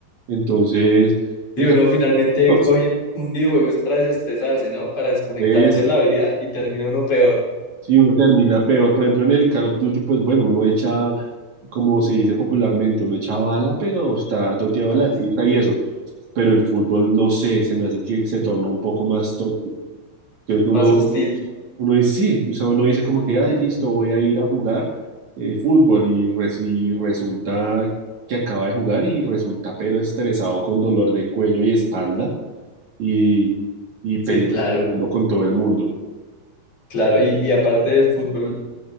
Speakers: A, on the right (about 50°); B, on the left (about 40°).
A: Entonces,
B: Y
A: es
B: uno
A: algo
B: finalmente
A: tóxico.
B: coge un videojuego es para desestresarse, ¿no? Para desconectarse
A: Eso,
B: de la vida y termina uno peor,
A: sí, uno termina peor. Por ejemplo, en el Call of Duty, pues bueno, uno echa, como se dice popularmente, uno echa bala, pero está toteado
B: ojalá
A: de la risa
B: sí,
A: y eso. Pero el fútbol, no sé, se me hace que se tornó un poco más tóxico. Entonces uno,
B: más hostil.
A: uno dice, sí, o sea, uno dice como que, ay, listo, voy a ir a jugar eh, fútbol y, res- y resulta que acaba de jugar y resulta pero estresado con dolor de cuello y espalda y, y peleando,
B: Sí, claro,
A: peleando con todo el mundo.
B: claro. Y, y aparte de fútbol,